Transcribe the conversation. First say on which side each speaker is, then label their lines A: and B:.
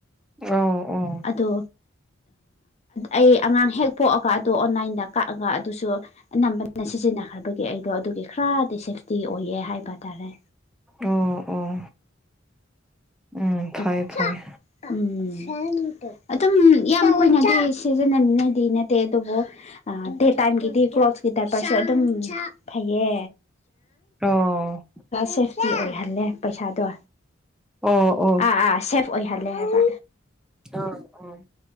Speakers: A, in the centre; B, on the left.
A: ꯑꯣ ꯑꯣ
B: ꯑꯗꯣ ꯑꯩ ꯑꯉꯥꯡ ꯍꯦꯛ ꯄꯣꯛꯑꯒ ꯑꯗꯨꯗ ꯑꯣꯟꯂꯥꯏꯟꯗ ꯀꯛꯑꯒ ꯑꯗꯨꯁꯨ ꯑꯅꯝꯕꯅ ꯁꯤꯖꯤꯟꯅꯈ꯭ꯔꯕꯒꯤ ꯑꯩꯗꯣ ꯑꯗꯨꯒꯤ ꯈꯔꯗꯤ ꯁꯦꯝ ꯤ ꯑꯣꯏꯌꯦꯦ ꯍꯥꯏꯕ ꯇꯥꯔꯦ
A: ꯑꯣ ꯑꯣ ꯎꯝ ꯐꯩ
B: ꯑ
A: ꯐꯩ
B: ꯎꯝ ꯑꯗꯨꯝ ꯌꯥꯝ ꯀꯅꯗꯤ ꯁꯤꯖꯤꯟꯅꯅꯤꯡꯉꯥꯏꯗꯤ ꯅꯠꯇꯦ ꯑꯗꯨꯕꯨ ꯇꯥꯏꯝꯒꯤꯗꯤ ꯀ꯭ꯂꯣꯊꯀꯤ ꯇꯥꯏꯞꯄꯁꯨ ꯑꯗꯨꯝ ꯐꯩꯌꯦ
A: ꯑꯣ
B: ꯁꯦꯐꯇꯤ ꯑꯣꯏꯍꯜꯂꯦ ꯄꯩꯁꯥꯗꯣ
A: ꯑꯣ ꯑꯣ
B: ꯑꯥ ꯑꯥ ꯁꯦꯐ ꯑꯣꯏꯍꯜꯂꯦ ꯍꯥꯏꯕ
A: ꯑꯥ ꯑꯥ